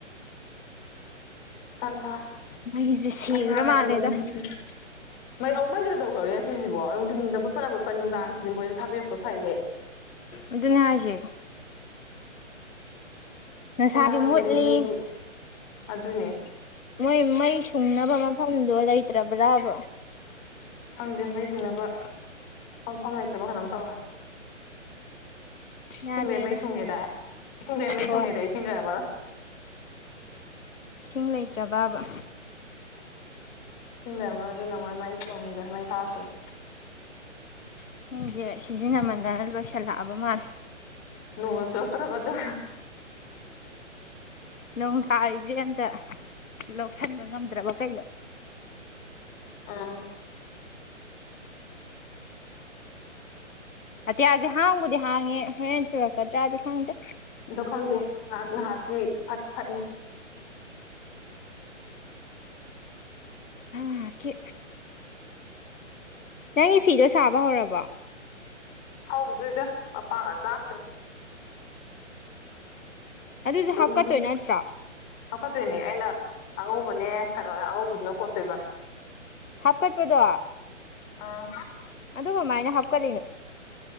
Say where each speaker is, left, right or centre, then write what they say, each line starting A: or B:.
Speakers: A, on the left (about 20°); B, on the left (about 85°).
A: ꯀꯟꯅꯥ
B: ꯃꯩꯁꯦ ꯁꯤꯈ꯭ꯔ
A: ꯀꯟꯅꯥꯅ
B: ꯃꯥꯜꯂꯦꯗ
A: ꯇꯧꯔꯝꯃꯤꯁꯤꯟ ꯃꯩ ꯑꯧ ꯃꯩ‌ꯖꯦ ꯀꯩꯗꯧꯒ꯭ꯔꯒꯦ ꯉꯁꯤꯖꯤꯕꯣ ꯅꯨꯡꯗꯤꯟꯗ ꯃꯠꯄꯅ ꯃꯨꯠꯄ ꯅꯨꯡꯗꯥꯡꯁꯤꯗꯤ ꯃꯣꯏꯖꯨ ꯊꯥꯕꯤꯔꯛꯄ ꯐꯩꯍꯦ
B: ꯑꯗꯨꯅꯦ ꯍꯥꯏꯖꯦ ꯉꯁꯥꯏꯁꯨ
A: ꯅꯨꯡꯗꯥꯡꯖꯤꯗꯤ
B: ꯃꯨꯠꯂꯤ
A: ꯃꯤꯗꯤ ꯑꯗꯨꯅꯦ
B: ꯃꯣꯏ ꯃꯩ ꯁꯨꯡꯅꯕ ꯃꯐꯝꯗꯣ ꯂꯩꯇ꯭ꯔꯕ꯭ꯔꯕ
A: ꯈꯪꯗꯦ ꯃꯩ ꯁꯨꯡꯅꯕ ꯃꯐꯝ ꯂꯩꯇꯔꯕ ꯀꯩꯅꯣꯝ ꯇꯧꯋꯦ
B: ꯌꯥꯗ꯭ꯔꯦꯗ
A: ꯏꯁꯤꯡꯗꯩ ꯃꯩ ꯁꯨꯡꯉꯦꯗꯥꯏ ꯏꯁꯤꯡꯗꯩ ꯃꯩ
B: ꯍꯣꯏ
A: ꯁꯨꯡꯉꯦꯗꯥꯢ ꯏꯁꯤꯡ ꯂꯩꯔꯝꯃꯔꯣꯏ
B: ꯏꯁꯤꯡ ꯂꯩꯇ꯭ꯔꯕꯥꯕ
A: ꯏꯁꯤꯡ ꯂꯩꯔꯝꯃꯔꯣꯏ ꯑꯗꯨꯅ ꯃꯣꯏ ꯁꯨꯡꯗ꯭ꯔꯦ ꯃꯩ ꯊꯥꯔꯛꯇ꯭ꯔꯦ
B: ꯏꯁꯤꯡꯁꯦ ꯁꯤꯖꯤꯟꯅꯃꯟꯗꯅ ꯂꯣꯏꯁꯤꯜꯂꯛꯑꯕ ꯃꯥꯜꯂꯦ
A: ꯅꯣꯡꯒ ꯆꯨꯔꯛꯇ꯭ꯔꯕ ꯑꯗꯨꯒ
B: ꯅꯣꯡ ꯇꯥꯔꯤꯁꯦ ꯑꯝꯇ ꯂꯧꯁꯟꯕ ꯉꯝꯗ꯭ꯔꯕ ꯀꯩꯅꯣ
A: ꯑꯥ
B: ꯑꯇꯤꯌꯥꯁꯦ ꯍꯥꯡꯕꯨꯗꯤ ꯍꯥꯡꯉꯦ ꯍꯣꯔꯦꯟ ꯆꯨꯔꯛꯀꯗ꯭ꯔꯥꯗꯤ ꯈꯪꯗꯦ
A: ꯑꯗꯣ ꯈꯪꯗꯦ ꯉꯍꯥꯛ ꯉꯍꯥꯛꯀꯤ ꯐꯠ ꯐꯠꯅꯤ
B: ꯉꯍꯥꯛꯀꯤ ꯅꯪꯒꯤ ꯐꯤꯗꯣ ꯁꯥꯕ ꯍꯧꯔꯕꯣ
A: ꯍꯧꯗ꯭ꯔꯤꯗ ꯃꯄꯥꯡꯒ ꯆꯥꯛꯇ꯭ꯔꯤ
B: ꯑꯗꯨꯁꯨ
A: ꯑꯗꯨꯝ
B: ꯍꯥꯞꯀꯠꯇꯣꯏ ꯅꯠꯇ꯭ꯔꯣ
A: ꯍꯥꯞꯀꯠꯇꯣꯏꯅꯦ ꯑꯩꯅ ꯑꯉꯧꯕꯅꯦ ꯀꯩꯅꯣꯅꯦ ꯑꯉꯧꯕꯗꯨꯅ ꯀꯣꯠꯇꯣꯏꯕ
B: ꯍꯥꯞꯀꯠꯄꯗꯣ
A: ꯑꯥ
B: ꯑꯗꯨ ꯀꯃꯥꯏꯅ ꯍꯥꯞꯀꯠꯂꯤꯅꯣ